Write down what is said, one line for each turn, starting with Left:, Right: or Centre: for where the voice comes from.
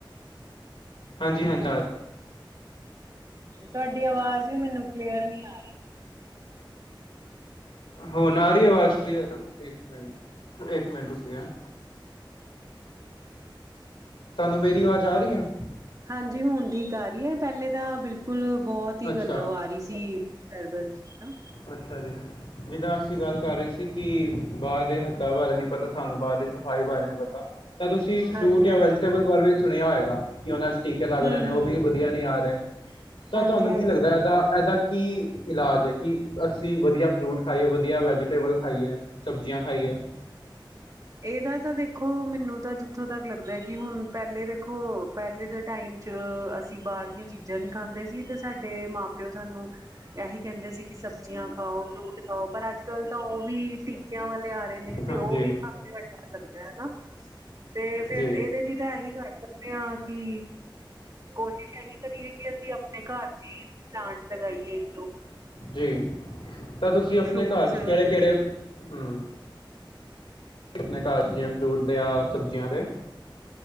Left: ਹਾਂਜੀ-ਹਾਂਜੀ।
Right: ਤੁਹਾਡੀ ਆਵਾਜ਼ ਵੀ ਮੈਨੂੰ ਕਲੀਅਰ ਨੀ ਆ
Left: ਹੁਣ ਆ ਰਹੀ ਆਵਾਜ ਕਲੀਅਰ ਇਕ ਮਿੰਟ-ਇੱਕ ਮਿੰਟ ਰੁਕੀਆ। ਤੁਹਾਨੂੰ ਮੇਰੀ ਆਵਾਜ਼ ਆ ਰਹੀ ਆ?
Right: ਹਾਂਜੀ, ਹੁਣ ਠੀਕ ਆ ਰਹੀ ਹੈ ਪਹਿਲੇ ਤਾਂ ਬਿਲਕੁਲ ਬਹੁਤ ਹੀ
Left: ਅੱਛਾ
Right: ਗੱਲ ਉਹ ਆ ਰਹੀ ਸੀ। ਡਿਸਟਰਬੈਂਸ ਹੈਨਾ।
Left: ਅੱਛਾ ਜੀ। ਜਿੱਦਾਂ ਅਸੀਂ ਗੱਲ ਕਰ ਰਹੇ ਸੀ ਕਿ ਬਾਹਰ ਦੇ ਹੱਥਾਂ ਬਾਰੇ ਨਹੀਂ ਪਤਾ ਸਾਨੂੰ ਬਾਹਰ ਦੀ ਸਫ਼ਾਈ ਬਾਰੇ ਨਹੀਂ ਪਤਾ। ਤਾਂ ਤੁਸੀਂ ਫਰੂਟ
Right: ਹਾਂਜੀ
Left: ਜਾਂ
Right: ਹਾਂਜੀ
Left: ਵੈਜੀਟੇਬਲ ਬਾਰੇ ਵੀ ਸੁਣਿਆ ਹੋਏਗਾ ਕਿ ਉਹਨਾਂ ਚ ਟੀਕੇ ਲੱਗ ਰਹੇ
Right: ਹਮ
Left: ਨੇ ਉਹ
Right: ਹਮ
Left: ਵੀ ਵਧਿਆ ਨਹੀਂ ਆ ਰਿਹਾ ਤਾਂ
Right: ਹਾਂਜੀ
Left: ਤੁਹਾਨੂੰ
Right: ਹਾਂਜੀ
Left: ਕੀ ਲੱਗਦਾ ਇਹਦ- ਇਹਦਾ ਕੀ ਇਲਾਜ ਹੈ ਕਿ ਅਸੀਂ ਵਧੀਆ ਫਰੂਟ ਖਾਈਏ ਵਧੀਆ ਵੈਜੀਟੇਬਲ ਖਾਈਏ ਸਬਜ਼ੀਆਂ ਖਾਈਏ।
Right: ਇਹਦਾ ਤਾਂ ਦੇਖੋ ਮੈਨੂੰ ਤਾਂ ਜਿੱਥੋਂ ਤੱਕ ਲੱਗਦਾ ਕਿ ਹੁਣ ਪਹਿਲੇ ਦੇਖੋ ਪਹਿਲੇ ਦੇ ਟਾਈਮ ਚ ਅਸੀਂ ਬਾਹਰ ਦੀਆਂ ਚੀਜ਼ਾਂ ਨਹੀਂ ਖਾਂਦੇ ਸੀ ਤੇ ਸਾਡੇ ਮਾਂ-ਪਿਓ ਸਾਨੂੰ। ਇਹੀ ਕਹਿੰਦੇ ਸੀ ਕਿ ਸਬਜ਼ੀਆਂ ਖਾਓ, ਫਰੂਟ ਖਾਓ ਪਰ ਅੱਜ-ਕੱਲ ਤਾਂ ਉਹ ਵੀ ਟੀਕਿਆਂ ਵਾਲੇ ਆ ਨੀ ਤੇ
Left: ਹਾਂਜੀ
Right: ਉਹ ਵੀ ਖਾਂਦੇ ਹੋਏ ਡਰ ਲੱਗਦਾ ਹੈਨਾ ਤੇ ਫੇਰ
Left: ਜੀ
Right: ਇਹਦੇ ਲਈ ਤਾਂ ਇਹੀ ਘੱਟ ਕਿਹਾ ਕਿ ਕੋਸ਼ਿਸ਼ ਇਹੀ ਕਰੀਏ ਕਿ ਅਸੀਂ ਆਪਣੇ ਘਰ ਚ ਹੀ ਪਲਾਂਟ ਲਗਾਈਏ ਇੱਕ ਦੋ
Left: ਜੀ, ਤਾਂ ਤੁਸੀਂ ਆਪਣੇ
Right: ਫਰੂਟਸ
Left: ਘਰ 'ਚ ਕਿਹੜੇ-ਕਿਹੜੇ ਹੂੰ? ਆਪਣੇ ਘਰ ਜਿਵੇਂ ਫਰੂਟ ਦੇ ਜਾਂ ਸਬਜ਼ੀਆਂ ਦੇ।